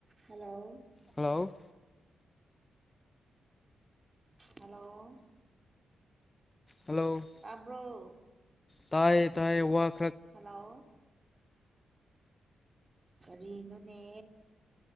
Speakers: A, on the right (about 25°); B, on the left (about 25°).
A: ꯍꯜꯂꯣ
B: ꯍꯜꯂꯣ
A: ꯍꯜꯂꯣ
B: ꯍꯜꯂꯣ
A: ꯇꯥꯕ꯭ꯔꯣ
B: ꯇꯥꯏꯌꯦ ꯇꯥꯏꯌꯦ ꯋꯥꯥ
A: ꯍꯜꯂꯣ ꯀꯔꯤꯅꯣꯅꯦ